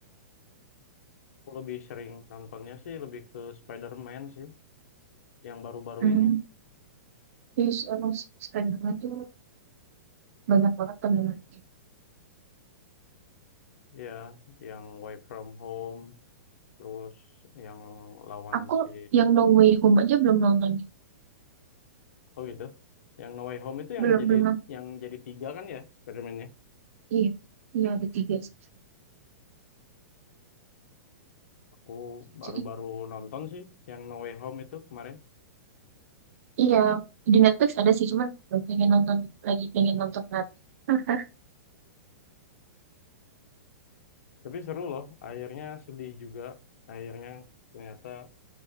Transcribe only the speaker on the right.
Hmm,
terus emang sekarang tuh banyak banget peminatnya.
Aku
yang No Way Home aja belum nonton.
Belum
belum nonton.
Iya, iya ada tiga. sih.
Jadi
Iya, di Netflix ada sih, cuman belum pengen nonton, lagi pengen nonton lagi. <laughs>